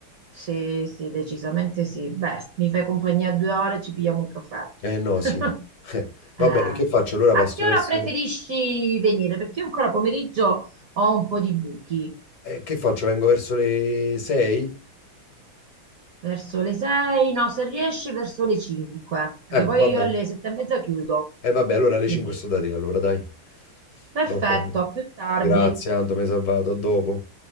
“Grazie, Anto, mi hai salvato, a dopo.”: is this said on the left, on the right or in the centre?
Left